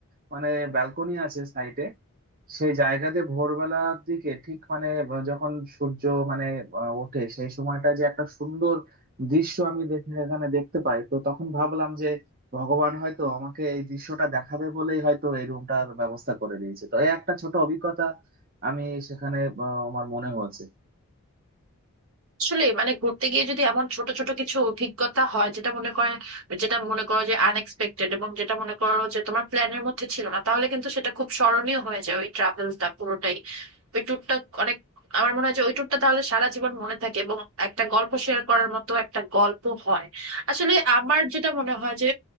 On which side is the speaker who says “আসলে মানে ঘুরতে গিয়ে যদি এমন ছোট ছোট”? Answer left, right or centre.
Right